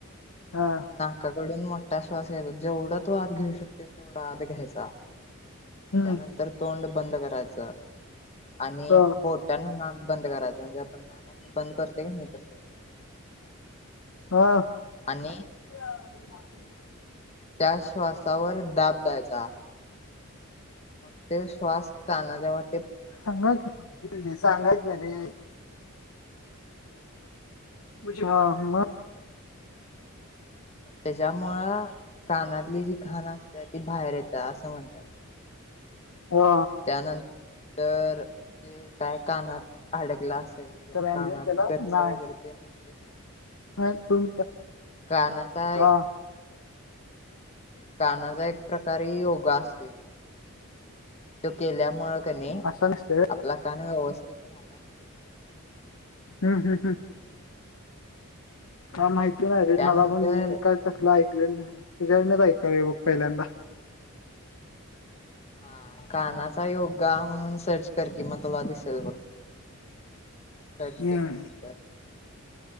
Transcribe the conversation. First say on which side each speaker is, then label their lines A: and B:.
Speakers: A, on the left; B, on the left.
A: हा
B: ना काकडून मोठा श्वास घ्यायचा. जेवढा तू आत घेऊ शकतेस तेवढा आत घ्यायचा,
A: हम्म
B: त्यानंतर तोंड बंद करायचं आणि
A: हो
B: बोट टान नाक बंद करायचं. म्हणजे आपण नाक असं बंद करते का नाही तसं.
A: अ?
B: आणि
A: ह
B: त्या श्वासावर दाब द्यायचा. मग तो श्वास काणा जवळ
A: सांगा सांगायच ना रे ह मग!
B: मग त्याच्यामुळं कानातली जी घाण असते ती बाहेर येतं असं म्हणतात.
A: हो
B: त्यानंतर जे काय कानात काय अडकलं असेल. किंवा
A: तर
B: कानात
A: त्याला
B: गच्च
A: नाही
B: वगैरे ते म्हणते.
A: नाही तुम
B: काणत आहे.
A: हा
B: कानाचा एक प्रकारे योगा असते. तो केल्यामुळे कानी
A: असं नसतं व्हय
B: आपला कान व्यवस्थित राहते. हम
A: ह काय माहिती नाही रे
B: त्यानंतर
A: मला पण मी काय? तसलं ऐकलेलं तुझ्यानच ऐका हे बुक पहिल्यांदा!
B: हा कानाचा योगा म्हणून सर्च कर की मग तुला दिसेल बघ. सर्च
A: हम
B: केल्यानंतर